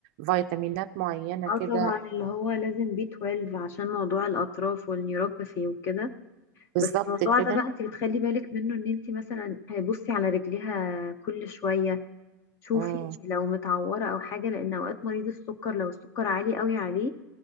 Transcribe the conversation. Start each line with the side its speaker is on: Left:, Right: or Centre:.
Right: فيتامينات معينه
Left: اه
Right: كده
Left: طبعا اللي هو لازم بي 12 عشان موضوع الاطراف والنيوروباثي وكده
Right: بالظبط
Left: بس الموضوع
Right: كده
Left: ده بقى انت بتخلي بالك منه ان انت مثلا بصي على رجليها كل شويه شوفي
Right: امم
Left: لو متعورة أو حاجة لأن أوقات مريض السكر لو السكر عالي قوي عليه